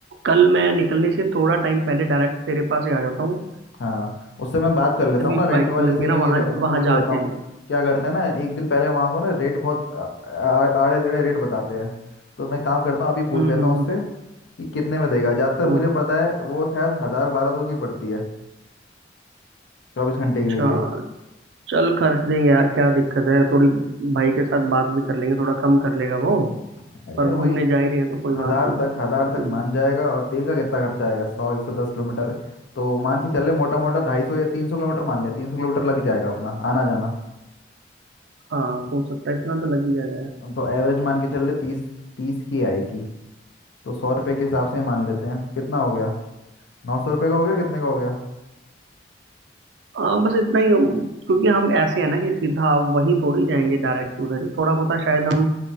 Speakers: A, on the right; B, on the left.
A: कल मैं निकलने से थोड़ा टाइम पहले डायरेक्ट तेरे पास ही आ जाता हूँ
B: हाँ उससे मैं बात कर लेता हूँ
A: भी
B: ना रेंट
A: बाइक्स
B: वाले
A: मिलती
B: से
A: है
B: क्योंकि
A: ना वहाँ
B: रे-
A: वहाँ
B: पूछ लेता
A: जाके
B: हूँ
A: आएंगे
B: क्या करते हैं ना एक दिन पहले वहाँ को ना रेट बहुत आ- आ- आड़े टेढ़े रेट बताते हैं तो मैं काम करता हूँ अभी पूछ
A: हम्म
B: लेता
A: हम्म
B: हूँ उससे
A: हम्म
B: कि कितने में देगा ज्यादातर
A: हम्म,
B: मुझे पता है वो शायद हजार बारह सौ की पड़ती है चौबीस घंटे के
A: अच्छा
B: लिए
A: चल खर्च देंगे यार क्या दिक्कत है थोड़ी भाई के साथ बात भी कर लेंगे थोड़ा कम कर लेगा वो
B: हाँ,
A: और
B: यार
A: घूमने
B: वही
A: जा ही रहे हैं तो कोई
B: हजार
A: बात नहीं है
B: तक
A: हम्म,
B: हजार तक मान जाएगा और तेल का कितना खर्चा आएगा सौ एक सौ दस किलोमीटर तो मान के चल ले मोटा मोटा ढाई सौ या तीन सौ किलोमीटर मान ले तीन सौ किलोमीटर लग जाएगा अपना आना जाना
A: हाँ हो सकता है इतना तो लग ही जाएगा यार
B: तो एवरेज मान के चल ले तीस तीस की आएगी तो सौ रुपये के हिसाब से मान लेते हैं तो कितना हो गया नौ सौ रुपये का हो गया कितने का हो गया
A: हाँ बस इतना ही हम- क्योंकि हम ऐसे है ना कि सीधा वहीं थोड़ी जाएंगे डायरेक्ट उधर ही थोड़ा बहुत शायद हम